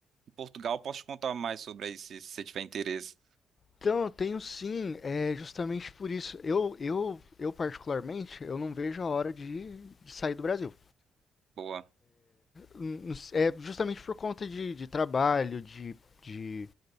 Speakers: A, on the right (about 60°); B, on the left (about 35°).
A: em Portugal, posso te contar mais sobre aí se se você tiver interesse.
B: então, tenho sim. É justamente por isso. Eu, eu, eu particularmente, eu não vejo a hora de, de sair do Brasil.
A: Boa.
B: N- n- É justamente por conta de, de trabalho, de, de,